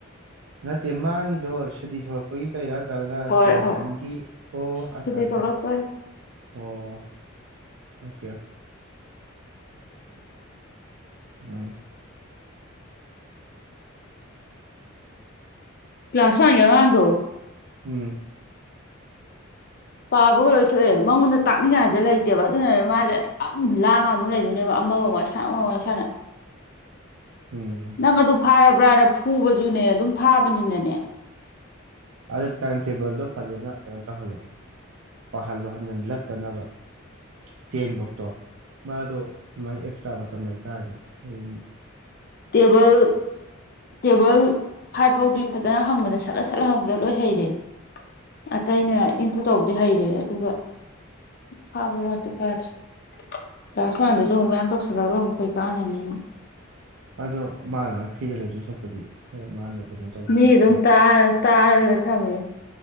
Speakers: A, on the right; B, on the left.
A: ꯅꯠꯇꯦ ꯃꯥꯒꯤꯗꯣ ꯁꯨꯇꯤ ꯊꯣꯛꯂꯛ ꯒꯤ ꯇꯧꯔꯤꯔꯥ ꯅꯠꯇꯔꯒꯅ
B: ꯍꯣꯏ
A: ꯁꯦꯂꯦꯛꯁꯟꯒꯤ
B: ꯍꯣꯏ
A: ꯑꯣ ꯑꯆꯥ
B: ꯁꯨꯇꯤ
A: ꯑꯆꯥ
B: ꯊꯣꯛꯂꯛꯄꯩ
A: ꯑꯣ ꯑꯣꯀꯦ ꯑꯣꯀ ꯎꯝ
B: ꯀ꯭ꯂꯥꯁ ꯋꯥꯟꯒꯤ ꯑꯉꯥꯡꯗꯣ
A: ꯎꯝ
B: ꯄꯥꯕꯒ ꯂꯣꯏ ꯊꯣꯛꯑꯦ ꯃꯉꯣꯟꯗ ꯇꯥꯛꯅꯤꯡꯉꯥꯏꯁꯦ ꯂꯩꯇꯦꯕ ꯑꯗꯨꯅꯅꯦ ꯃꯥꯁꯦ ꯑꯗꯨꯝ ꯂꯥꯡꯉ ꯑꯗꯨꯝ ꯂꯩꯗꯣꯏꯅꯦꯕ ꯑꯃꯒ ꯑꯃꯨꯛ ꯋꯥꯔꯤ ꯁꯥꯟ ꯑꯃꯒꯥ ꯋꯥꯔꯤ ꯁꯥꯟꯅꯥ
A: ꯎꯨꯝ
B: ꯅꯪ ꯑꯗꯨ ꯐꯥꯔꯕ꯭ꯔꯥꯅ ꯐꯨꯕꯁꯨꯅꯦ ꯑꯗꯨꯝ ꯐꯥꯕꯅꯤꯅꯅꯦ
A: ꯑꯗꯨ ꯇꯥꯏꯝ ꯇꯦꯕꯜꯗꯣ ꯐꯖꯅ ꯀꯩꯅꯣ ꯇꯧꯍꯜꯂꯣ ꯄꯥꯍꯜꯂꯣ ꯍꯟꯖꯤꯟ ꯂꯠꯇꯅꯕ ꯇꯦꯟꯚꯣꯛꯇꯣ ꯃꯥꯗꯣ ꯑꯗꯨꯃꯥꯏꯅ ꯑꯦꯛꯁꯇ꯭ꯔꯥ ꯃꯇꯝ ꯂꯩꯇꯥꯥꯔꯗꯤ ꯑꯗꯨꯝ
B: ꯇꯦꯕꯜ ꯇꯦꯕꯜ ꯐꯥꯏꯚ ꯐꯥꯎꯗꯤ ꯐꯖꯅ ꯍꯪꯕꯗ ꯁꯠꯂꯥ ꯁꯠꯂꯥ ꯍꯪꯕꯗ ꯂꯣꯏ ꯍꯩꯔꯦ ꯑꯇꯩꯅ ꯏꯟꯇꯨ ꯇꯧꯕꯗꯤ ꯍꯩꯔꯦ ꯑꯗꯨꯒ ꯐꯥꯕ ꯋꯥꯠꯇꯤ ꯐꯥꯗ꯭ꯔꯤ ꯀ꯭ꯂꯥꯁ ꯋꯥꯟꯗꯁꯨ ꯑꯃꯨꯛ ꯃꯌꯥꯝ ꯇꯧꯁꯜꯂꯒ ꯑꯃꯨꯛ ꯀꯩ ꯀꯥꯟꯅꯅꯤꯅ
A: ꯑꯗꯣ ꯃꯥ ꯑꯗꯨꯃꯥꯏꯅꯥ ꯐ꯭ꯔꯤꯗ ꯂꯩꯗꯣꯏ ꯁꯔꯨꯛꯄꯨꯗꯤ <unintelligible>
B: ꯃꯤ ꯑꯗꯨꯝ
A: ꯐꯩ
B: ꯇꯥ ꯇꯥꯔꯂ ꯊꯝꯃꯦ